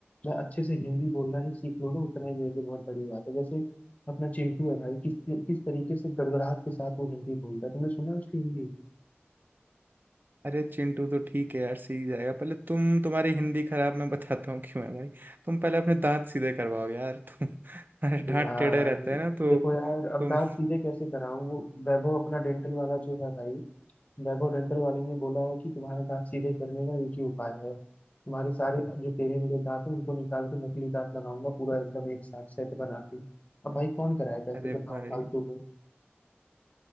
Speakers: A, on the left; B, on the right.
A: मैं अच्छे से हिंदी बोलना ही सीख लूँ ना उतना ही मेरे लिए बहुत बड़ी बात है जैसे अपना चिंटू है भाई किस किस तरीके से गड़गड़ाहट के साथ वो हिंदी बोलता है तुमने सुना है उसकी हिंदी
B: अरे चिंटू तो ठीक है यार सीख जाएगा पहले तुम तुम्हारी हिंदी खराब मैं बताता हूँ क्यों है भाई तुम पहले अपने दांत सीधे करवाओ यार तुम अरे दांत
A: यार
B: टेढ़े रहते हैं ना तो
A: देखो यार अब
B: तुम
A: दांत सीधे कैसे कराऊं वो वैभव अपना डेंटल वाला जो है भाई वैभव डेंटल वाले ने बोला है कि तुम्हारे दांत सीधे करने का एक ही उपाय है तुम्हारे सारे जो टेढ़े मेढ़े दांत हैं उनको निकाल के नकली दांत लगाऊंगा पूरा एकदम एक साथ सेट बना के अब भाई कौन कराएगा ऐसे
B: अरे
A: बताओ
B: भाई
A: फालतू में